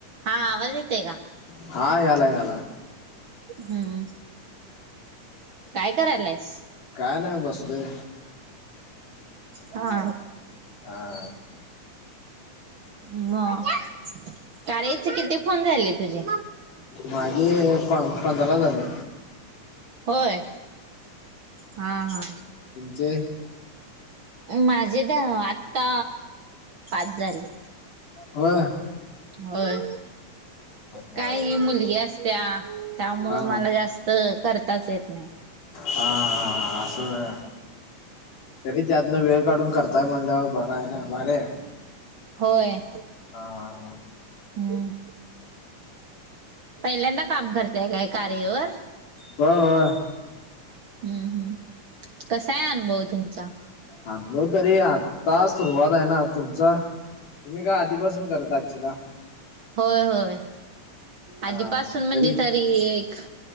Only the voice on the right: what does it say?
हा आवाज येतोय का?
हम्म काय करायलायस.
हा
मग करायचे किती फोन झाले तुझे
होय हा हा..
माझे द आत्ता पाच झाले.
होय
काही मुलगी असत्या. त्यामुळं
मला जास्त करताच येत नाही.
होय.
हम् पहिल्यांदा काम करताय काय कार्यवर
हम्म हम् कसाय अनुभव तुमचा
होय होय
आधीपासून म्हणजे
तर एक